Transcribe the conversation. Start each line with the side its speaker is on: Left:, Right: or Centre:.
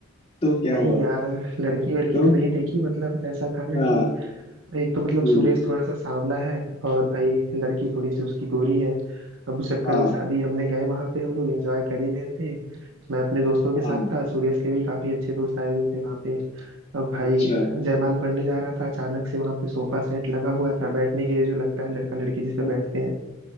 Left: तो क्या
Right: नहीं
Left: हुआ
Right: यार लड़की वड़की
Left: तो
Right: तो नहीं देखी मतलब ऐसा था ना
Left: हाँ
Right: कि एक तो मतलब
Left: हम्म
Right: सुरेश थोड़ा सा सांवला है और भाई लड़की थोड़ी सी उसकी गोरी है अब उस चक्कर
Left: हाँ
Right: में शादी हमने गए वहां पे हम लोग एंजॉय कर ही रहे थे मैं अपने दोस्तों के
Left: हाँ
Right: साथ था सुरेश के भी काफी अच्छे दोस्त आए हुए थे वहां पे अब भाई
Left: अच्छा
Right: जयमाल पढ़ने जा रहा था अचानक से वहां पे सोफा सेट लगा हुआ था बैठने के लिए जो लगता है लड़का लड़की जिस पे
Left: हम्म,
Right: बैठते हैं